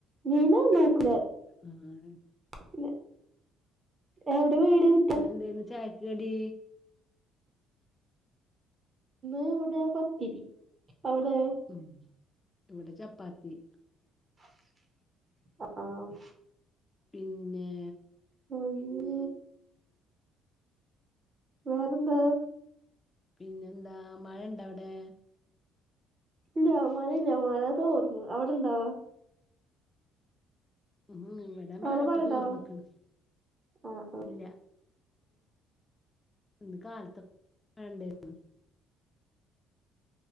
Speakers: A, on the right (about 30°); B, on the left (about 15°).
A: മീനന്നാക്കുല
B: ആണ്
A: പിന്നെ എവിടെ വീട് കിട്ടാ
B: ഇന്ന് എന്തേനു ചായക്ക് കടി?
A: ഇന്ന് ഇവിടെ പത്തിരി അവിടെയോ
B: ഉം ഇവിടെ ചപ്പാത്തി
A: അഹ് ആഹ്
B: പിന്നേ
A: പോയിനൊ വേറെന്താ
B: പിന്നെന്താ മഴണ്ട അവടെ
A: ഇല്ല മഴ ഇല്ല മഴ തോർന്നു അവിടെണ്ടോ
B: ഉ ഹു ഇവടെ മഴപ്പൊ
A: അവിടെ മഴണ്ടോ
B: തോർന്നിക്ണ്
A: ആഹ്
B: ഇല്ല. ഇന്ന് കാലത്തൊക്കെ മഴഇണ്ടാര്ന്നു.